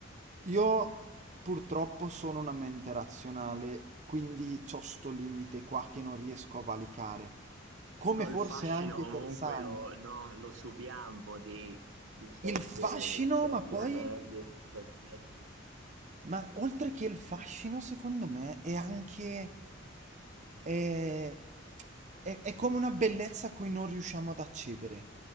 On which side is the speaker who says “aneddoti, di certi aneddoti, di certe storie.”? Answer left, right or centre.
Right